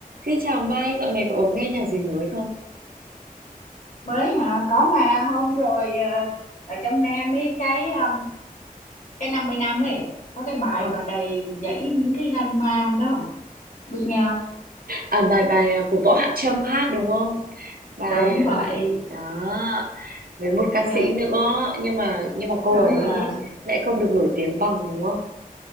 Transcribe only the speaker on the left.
mới hả có mà hôm rồi ờ, ở trong Nam ấy cái um, cái 50 năm ấy có cái bài
mà đầy dẫy những cái drama đó biết nhau
đúng
vậy
về
đúng
rồi